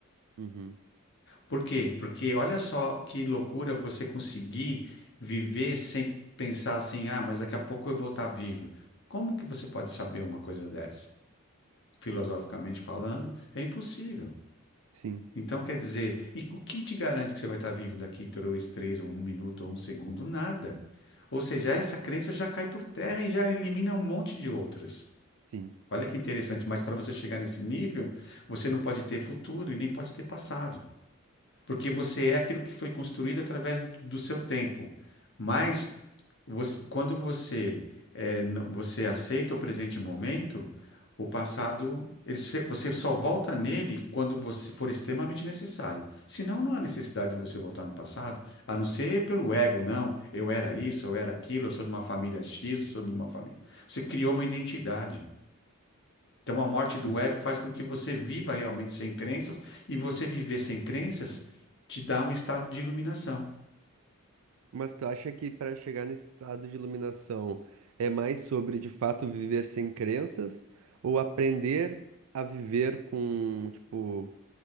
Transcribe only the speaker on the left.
Por quê? Porque olha só que loucura você conseguir viver sem pensar assim, ah, mas daqui a pouco eu vou estar vivo. Como que você pode saber uma coisa dessa? Filosoficamente falando, é impossível.
Então, quer dizer, e o que te garante que você vai estar vivo daqui dois, três, ou um minuto, ou um segundo? Nada. Ou seja, essa crença já cai por terra e já elimina um monte de outras.
Olha que interessante, mas para você chegar nesse nível, você não pode ter futuro e nem pode ter passado, porque você é aquilo que foi construído através do, do seu tempo. Mas você- quando você eh, n- você aceita o presente momento, o passado, ele se- você só volta nele quando você for extremamente necessário. Senão, não há necessidade de você voltar no passado, a não ser pelo ego, não, eu era isso, eu era aquilo, eu sou de uma família X, eu sou de uma família. Você criou uma identidade. Então, a morte do
ego faz com que você viva realmente sem crenças, e você viver sem crenças te dá um estado de iluminação.